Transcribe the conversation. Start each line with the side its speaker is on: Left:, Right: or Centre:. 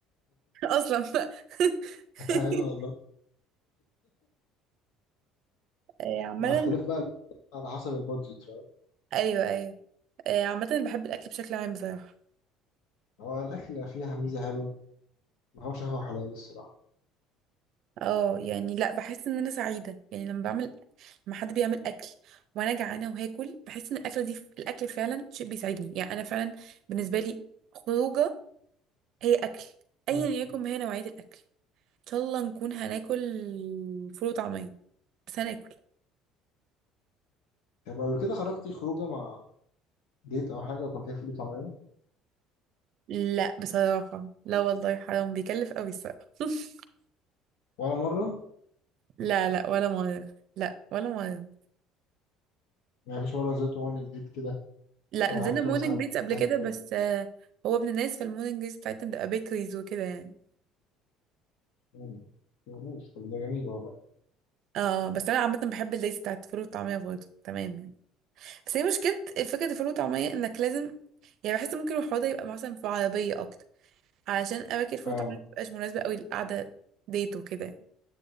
Right: <laughs> اصلا بقى <laughs>
Left: ايوه والله
Right: آه، عامة
Left: مع اختلاف بقى على حسب البادجت فاهم
Right: ايوه ايوه آه، عامة بحب الاكل بشكل عام بصراحة
Left: هو الاكل فيها ميزه حلوه ما هوش قهوه حلال الصراحه
Right: اه يعني لا بحس ان انا سعيدة يعني لما بعمل لما حد بيعمل اكل وانا جعانة وهاكل بحس ان الاكل دي الاكل فعلا شيء بيسعدني يعني انا فعلا بالنسبة لي خروجة هي اكل ايا
Left: مم.
Right: يكن ما هي نوعية الاكل ان شاء الله نكون هناكل فول وطعمية بس هناكل
Left: طب قبل كده خرجتي خروجه مع ديت او حاجه وكان فيها فول وطعميه
Right: لا بصراحة لا والله حرام بيكلف قوي الصراحة <laughs>
Left: ولا مره
Right: لا لا ولا مرة لا ولا مرة
Left: يعني مفيش مره نزلت مول من جديد كده
Right: لا
Left: فقعدت
Right: نزلنا مورنينج
Left: مثلا
Right: بيتز قبل
Left: في حته
Right: كده بس آه، هو ابن الناس في المورنينج بيتز بتاعتنا بتبقى بيكريز وكده يعني
Left: مم. ماشي طب ده جميل والله
Right: اه بس انا عامة بحب الليز بتاعت الفول والطعمية برضه تمام يعني بس هي مشكلة فكرة الفول والطعمية انك لازم يعني بحس ممكن الحوار ده يبقى مثلا في عربية اكتر علشان اماكن الفول
Left: اه
Right: والطعمية مبتبقاش مناسبة قوي للقعدة ديت وكده يعني.